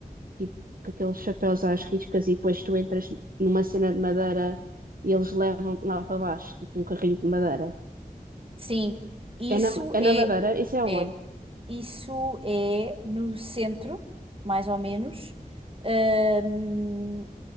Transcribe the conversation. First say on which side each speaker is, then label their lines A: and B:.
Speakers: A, on the right; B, on the right.
A: tipo, com aqueles chapéus às riscas e depois tu entras numa cena de madeira e eles levam-te lá para baixo, tipo um carrinho de madeira.
B: Sim, isso
A: É na,
B: é,
A: é na Madeira? Isso é
B: é,
A: onde?
B: isso é no centro, mais ou menos, Ahm,